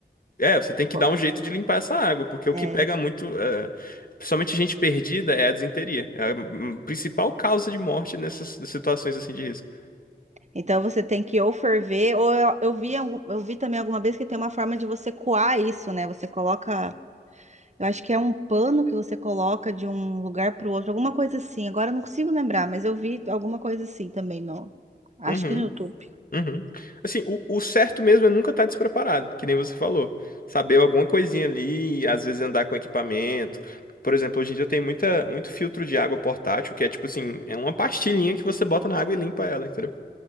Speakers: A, on the left (about 55°); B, on the right (about 40°).
A: É, você tem que
B: Pô,
A: dar um jeito de limpar essa água. Porque o
B: É.
A: que pega muito. É, principalmente gente perdida é a disenteria. É a hum, principal causa de morte nessas situações assim de risco.
B: Então você tem que ou ferver, ou eu, eu vi, algum- eu vi também alguma vez que tem uma forma de você coar isso, né? Você coloca. Eu acho que é um pano que você coloca de um lugar para o outro, alguma coisa assim. Agora eu não consigo lembrar, mas eu vi alguma coisa assim também no. Acho
A: Uhum.
B: que no YouTube.
A: Uhum. Assim, o, o certo mesmo é nunca estar despreparado, que nem você falou. Saber alguma coisinha ali, às vezes andar com equipamento. Por exemplo, hoje em dia tem muita, muito filtro de água portátil, que é tipo assim, é uma pastilhinha que você bota na água e limpa ela, entendeu?